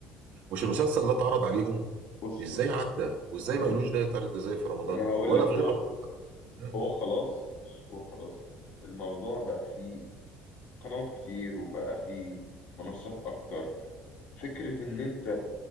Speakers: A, on the right (about 60°); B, on the left (about 65°).
A: مش المسلسل ده اتعرض عليهم
B: بص
A: ازاي
B: بص
A: عدى
B: بص
A: وازاي
B: ما
A: ما
B: انا
A: قالوش ده يتعرض ازاي في رمضان
B: ما أنا هقول
A: ولا
B: لك
A: في غير
B: هو
A: رمضان مم.
B: هو خلاص بص هو خلاص الموضوع بقى فيه قنوات كتير وبقى فيه منصات اكتر فكرة ان انت